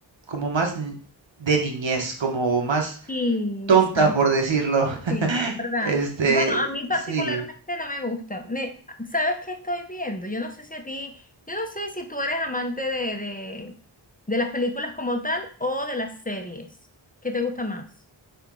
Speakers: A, on the right (about 75°); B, on the left (about 20°).
A: como más ni- de niñez, como más
B: Y
A: tonta
B: exacto,
A: por decirlo. <laughs>
B: sí, es verdad.
A: Este,
B: Bueno, a mí particularmente
A: sí.
B: no me gusta. Me, ¿sabes qué estoy viendo? Yo no sé si a ti, yo no sé si tú eres amante de, de, de las películas como tal o de las series. ¿Qué te gusta más?